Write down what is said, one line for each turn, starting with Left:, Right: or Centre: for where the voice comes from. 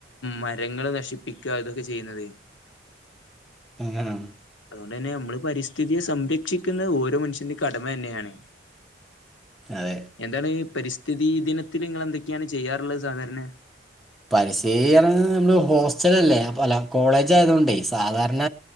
Left: മരങ്ങള് നശിപ്പിക്കുക ഇതൊക്കെ ചെയ്യുന്നത്
Centre: അങ്ങനാണ്
Left: അതുകൊണ്ട് തന്നെ നമ്മള് പരിസ്ഥിതിയെ സംരക്ഷിക്കുന്നത് ഓരോ മനുഷ്യന്റെയും കടമ തന്നെയാണ്
Centre: അതെ
Left: എന്താണ് പരിസ്ഥിതി ദിനത്തിൽ നിങ്ങൾ എന്തൊക്കെയാണ് ചെയ്യാറുള്ളത് സാധാരണ
Centre: പരിസ്ഥിതി നമ്മള് ഹോസ്റ്റലല്ലേ അല്ല കോളേജ് ആയതുകൊണ്ടേ സാധാരണ